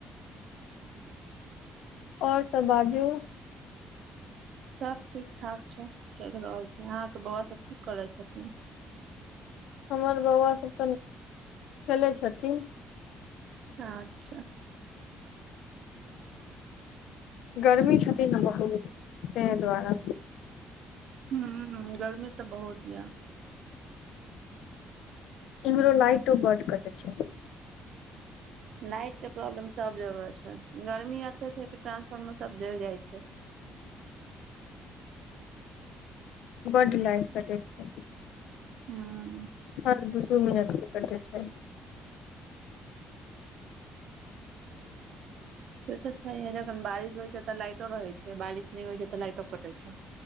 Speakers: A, on the left (about 85°); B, on the right (about 70°).
A: आओर सब बाजो
B: सभ ठीक ठाक छै चलि रहल छै अहाँके बउआ सभ कि करै छथिन
A: हमर बौआ सब तऽ खेलै छथिन
B: अच्छा
A: गरमी छथित ने बहुत त द्वारा
B: हँ ह गर्मी तऽ बहुत य
A: इमहरो लाइटो बड़ कटय छै
B: लाइटके प्रॉब्लम सभ जगह छै गर्मी एते छै कि ट्रांसफार्मर सभ जरि जाइ छै
A: बड्ड लाइट कटय छै
B: हँ
A: हर दू दू मिनत कटे छै
B: से तऽ छैह जखन बारिश होइ छै तऽ लाइटो रहै छै बारिश नहि होइ छै तऽ लाइटो कटैत छै